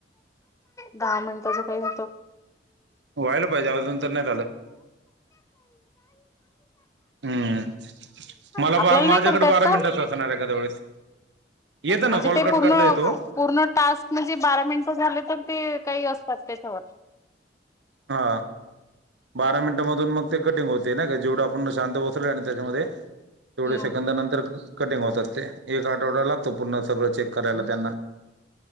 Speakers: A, on the left; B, on the right.
A: दहा मिनिटच काही होतं.
B: व्हायला पाहिजे. आजून तर नाही झालं. हम्म मला
A: आपल्याला
B: बा
A: नाही
B: माझ्याकडे
A: करता येत
B: बारा
A: का?
B: मिनटातच असणार आहे एखाद्या वेळेस येत
A: म्हणजे
B: ना कॉल
A: ते
B: कट
A: पूर्ण
B: करता येतो
A: पूर्ण टास्क म्हणजे बारा मिनिटं झाले तर ते काही असतात त्याच्यावर
B: हा बारा मिनिटामधून मग ते कटिंग होते ना का जेवढं आपण शांत बसलो आणि त्याच्यामध्ये तेवढे
A: हम्म
B: सेकंद नंतर कटिंग होतात ते एक आठवडा लागतो पुूर्ण सगळं चेक करायला त्यांना